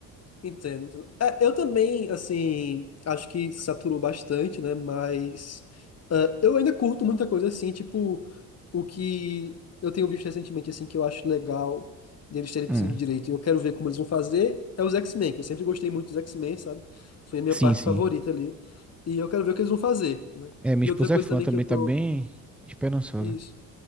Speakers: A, on the left (about 35°); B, in the centre.
A: Entendo. entendo. É, eu também, assim, acho que saturou bastante, né? Mas ah, eu ainda curto muita coisa assim, tipo, o que eu tenho visto recentemente, assim, que eu acho legal deles terem
B: Hum.
A: conseguido direito. E eu quero ver como eles vão fazer, é os X-Men, que eu sempre gostei muito dos X-Men, sabe? Foi a minha
B: Sim,
A: parte
B: sim.
A: favorita ali. E eu quero ver o que eles vão fazer, né?
B: É, minha
A: E
B: esposa
A: outra coisa
B: é fã
A: também
B: também,
A: que eu tô.
B: tá bem esperançosa.
A: Isso.